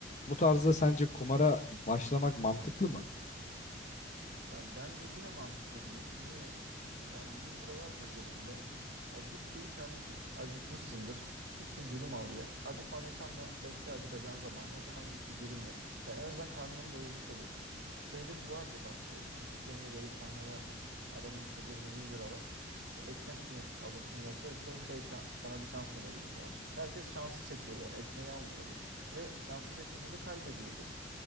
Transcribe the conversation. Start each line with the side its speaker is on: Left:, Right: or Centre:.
Left: Bu tarzda
Right: Evet.
Left: sence kumara başlamak mantıklı mı?
Right: Ya bence yine mantıklı değil. Niye? Çünkü yani 100 lira varsa cebinde ya git bir kardeşim acıkmışsındır. Git bir dürüm al ye. Acıkmadıysan da bekle acıkacağın zaman. O zaman git bir dürüm ye. Ya en azından karnını doyurmuş olursun. Şeyde bu vardı bak bu Squid Game'de böyle bir sahne vardı. Adamın işte cebinde 100 lira var. İşte ekmek mi alırsın yoksa işte şey şan- sana bir şans mı vereyim falan. Herkes şansı seçiyordu. Yani ekmeği almıyordu. Ve şansı seçince de kaybediyordu.